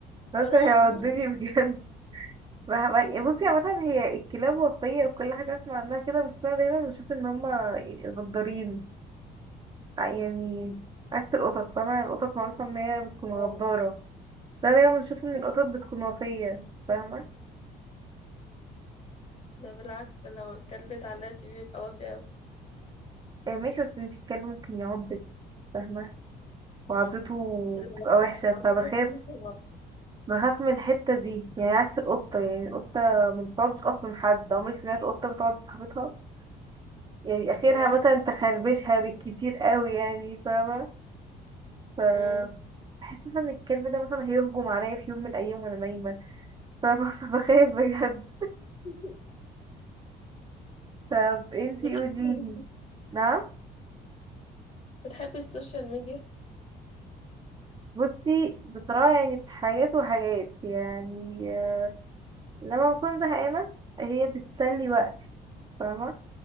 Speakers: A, on the right; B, on the left.
A: بس
B: رعب
A: كان هيعضني <laughs> بجد ما-
B: <laughs>
A: بصي عامة هي الكلاب وفية وكل حاجة أسمع عنها كده بس أنا دايما بشوف إن هما غدارين يعني عكس القطط فاهمة القطط معروفة إن هي بتكون
B: آه.
A: غدارة ده دايما بشوف إن القطط بتكون وفية فاهمة
B: ده بالعكس ده لو الكلب اتعلق فيه بيبقى وافي أوي
A: آه، ماشي بس انتي الكلب ممكن يعضك فاهمة وعضته
B: لو
A: بتبقى وحشة
B: لو
A: فبخاف
B: صحيت من النوم.
A: بخاف من الحتة دي يعني عكس القطة يعني القطة ما بتعضش أصلا حد عمرك سمعت قطة بتعض صاحبتها يعني آخرها
B: لا
A: مثلا تخربشها بالكتير قوي يعني فاهمة ف
B: مم.
A: بحس مثلا ان الكلب ده مثلا هيهجم عليا في يوم من الايام وانا نايمه ف- <laughs> فبخاف بجد
B: <laughs>
A: طب انتي
B: بتحبي
A: قوليلي نعم
B: بتحبي السوشيال ميديا
A: بصي بصراحه يعني في حاجات وحاجات يعني آه، لما بكون زهقانه هي بتسلي وقتي فاهمه